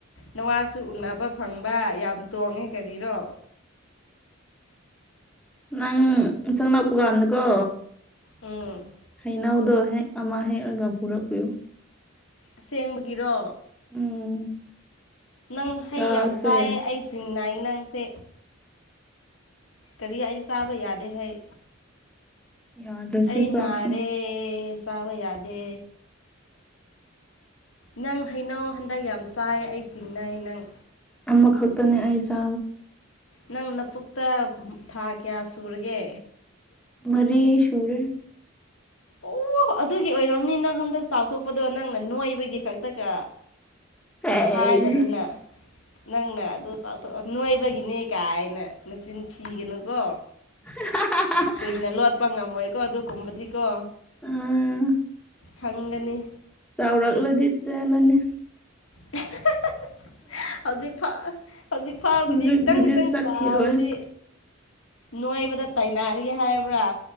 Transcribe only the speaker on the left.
ꯅꯥꯋꯥꯁꯨ ꯎꯅꯕ ꯐꯪꯕ ꯌꯥꯝ ꯇꯣꯡꯉꯦ ꯀꯔꯤꯔꯣ
ꯎꯝ
ꯑꯁꯦꯡꯕꯥꯒꯤꯔꯣ
ꯅꯪ ꯍꯩ
ꯌꯥꯝ ꯆꯥꯏꯌꯦ ꯑꯩ ꯆꯤꯡꯅꯩꯌꯦ ꯅꯪꯁꯦ ꯏꯁ ꯀꯔꯤ ꯑꯩ ꯆꯥꯕ ꯌꯥꯗꯦ ꯍꯩ
ꯑꯩ
ꯅꯥꯔꯦ ꯆꯥꯕ ꯌꯥꯗꯦ ꯅꯪ ꯍꯩꯅꯧ ꯍꯟꯗꯛ ꯌꯥꯝ ꯆꯥꯏ ꯑꯩ ꯆꯤꯡꯅꯩ ꯅꯪ
ꯅꯪ ꯂꯕꯨꯨꯛꯇ ꯊꯥ ꯀꯌꯥ ꯁꯨꯔꯒꯦ
ꯑꯣꯣ ꯑꯗꯨꯒꯤ ꯑꯣꯏꯔꯝꯅꯤ ꯅꯪ ꯍꯟꯗꯛ ꯆꯥꯎꯊꯣꯛꯄꯗꯣ ꯅꯪꯅ ꯅꯣꯏꯕꯒꯤ ꯈꯛꯇꯒ
ꯍꯥꯏꯔꯗꯅ ꯅꯪꯅ ꯑꯗꯨ ꯆꯥꯎꯊꯣꯛꯑꯣ ꯅꯣꯏꯕꯒꯤꯅꯦ ꯀꯥꯏꯅ ꯅꯆꯤꯟ ꯊꯤꯒꯅꯨꯀꯣ
ꯀꯨꯏꯅ ꯂꯣꯠꯄ ꯉꯝꯃꯣꯏꯀꯣ ꯑꯗꯨꯒꯨꯝꯕꯗꯤꯀꯣ
ꯐꯪꯒꯅꯤ
<unintelligible> ꯍꯧꯖꯤꯛꯐꯥꯎ ꯍꯧꯖꯤꯛꯐꯥꯎꯒꯤꯗꯤ
ꯈꯤꯇꯪ ꯈꯤꯇꯪ
ꯆꯥꯎꯕꯗꯤ ꯅꯣꯏꯕꯥꯗ ꯇꯥꯏꯅꯔꯒꯦ ꯍꯥꯏꯕ꯭ꯔꯥ